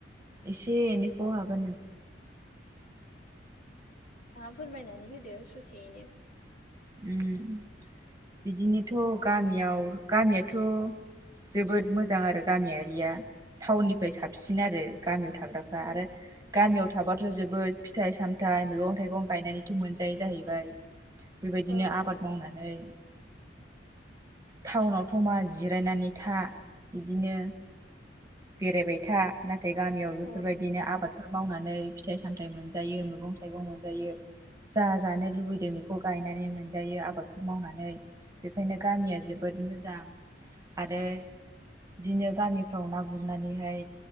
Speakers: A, on the right; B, on the left.
A: इसे एनैखौ हागोन नों
B: नोंथाङा फोरमायनानै होदो स'सेयैनो।
A: उम बिदिनोथ' गामियाव गामियाथ' जोबोद मोजां आरो गामियारिया टाउननिफाय साबसिन आरो गामियाव थाग्राफ्रा
B: औ
A: आरो गामियाव थाबाथ' जोबोद फिथाइ साम थाइ मैगं थाइगं गायनानैथ' मोनजायो जाहैबाय। बेबायदिनो
B: औ
A: आबाद मावनानै टाउनावथ' मा जिरायनानै था इदिनो बेरायबाय था नाथाय गामियाव
B: औ
A: बेफोरबायदिनो आबाद फोर मावनानै फिथाइ सामथाइ मोनजायो मैगं थाइगं मोनजायो जा जानो लुबैदों बेखौ खौ गायनानै मोनजायो आबादफोर मावनानै बेखायनो गामिया जोब बोद मोजां आरो बिदिनो गामिफ्राव ना गुरनानैहाय